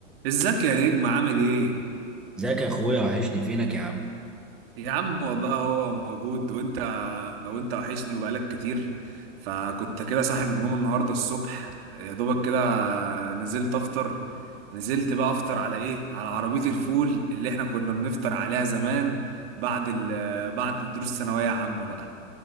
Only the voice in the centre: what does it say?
ازيك يا اخويا وحشني فينك يا عم